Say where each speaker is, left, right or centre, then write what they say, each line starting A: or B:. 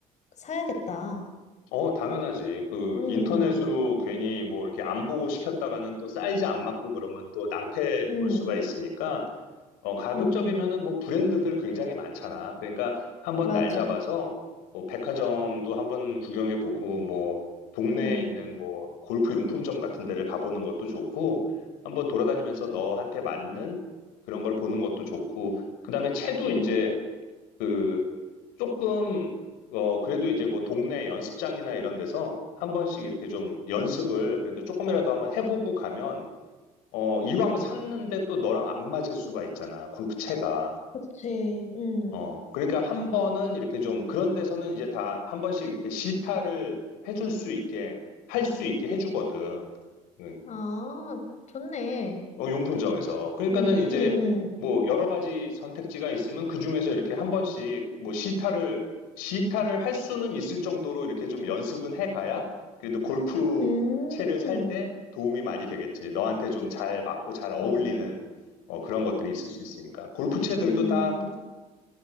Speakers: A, on the left; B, on the left.
A: 사야겠다.
B: 어, 당연하지. 그
A: 응, 응,
B: 인터넷으로 괜히 뭐 이렇게 안 보고 시켰다가는 또 사이즈 안 맞고 그러면 또 낭패
A: 응,
B: 볼 수가 있으니까 어, 가급적이면은
A: 응, 응.
B: 뭐 브랜드들 굉장히 많잖아. 그러니까 한번
A: 맞아.
B: 날 잡아서 뭐 백화점도 한번 구경해 보고 뭐 동네에
A: 응,
B: 있는 뭐 골프 용품점 같은 데를 가보는 것도 좋고 한번 돌아다니면서 너한테 맞는 그런 걸 보는 것도 좋고 그다음에 채도
A: 응.
B: 이제 그 조금 어 그래도 이제 뭐 동네 연습장이나 이런 데서 한 번씩 이렇게 좀 연습을 그래도 조금이라도 한번 해보고 가면 어 이왕 샀는데 또 너랑 안 맞을 수가 있잖아 골프채가
A: 그치. 응.
B: 어 그러니까 한 번은 이렇게 좀 그런 데서는 이제 다 한 번씩 이렇게 시타를 해줄 수 있게 할 수 있게 해주거든 음,
A: 아, 좋네.
B: 어, 용품점에서. 그러니까는
A: 응,
B: 이제
A: 응,
B: 뭐 여러 가지 선택지가 있으면 그 중에서 이렇게 한 번씩 뭐 시타를, 시타를 할 수는 있을 정도로 이렇게 좀 연습은 해 가야 그래도 골프
A: 응.
B: 채를 살
A: 음,
B: 때 도움이 많이 되겠지. 너한테 좀 잘 맞고 잘 어울리는
A: 오,
B: 어, 그런 것들이 있을 수 있으니까. 골프 채들도
A: 음,
B: 다